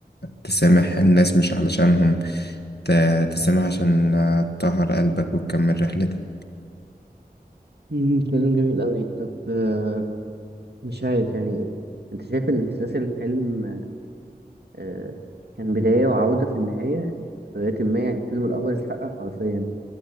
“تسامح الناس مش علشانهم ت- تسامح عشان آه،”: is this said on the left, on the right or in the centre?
Left